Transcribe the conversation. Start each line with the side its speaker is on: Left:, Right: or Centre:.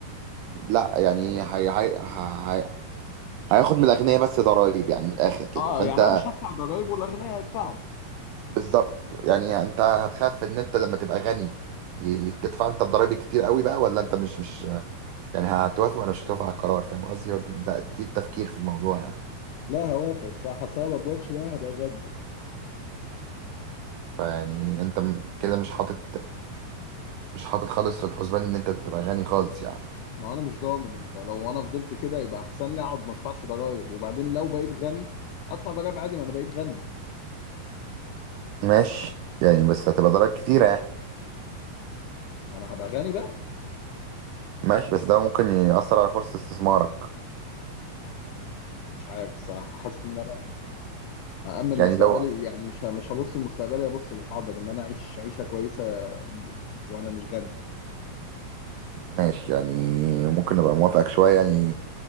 Right: لا يعني هي هي هي هياخد من الاغنياء بس ضرايب يعني من الاخر كده
Left: اه
Right: فانت
Left: يعني انا مش هدفع ضرايب والاغنياء هيدفعوا
Right: بالظبط يعني انت هتخاف ان انت لما تبقى غني ي- تدفع انت الضرايب كتير قوي بقى ولا انت مش مش يعني هتوافق ولا مش هتوافق على القرار فاهم قصدي هو ده- ده- دي التفكير في الموضوع يعني
Left: لا هوافق الصراحه أصل انا ما اضمنش لا هبقى غني
Right: فيعني انت م- كده مش حاطط مش حاطط خالص في الحسبان ان انت تبقى غني خالص يعني
Left: ما انا مش ضامن فلو انا فضلت كده يبقى احسن لي اقعد ما ادفعش ضرايب وبعدين لو بقيت غني ادفع ضرايب عادي ما انا بقيت غني
Right: ماشي يعني بس هتبقى ضرائب كتيرة يعني
Left: ما انا هبقى غني بقى
Right: ماشي بس ده ممكن يأثر على فرصة استثمارك
Left: مش عارف الصراحه حاسس ان انا هامن
Right: يعني
Left: مستقبلي
Right: لو
Left: يعني مش ه- مش هبص لمستقبلي ابص للحاضر ان انا اعيش عيشه كويسه ب- وانا مش غني
Right: ماشي يعني ممكن ابقى موافقك شوية يعني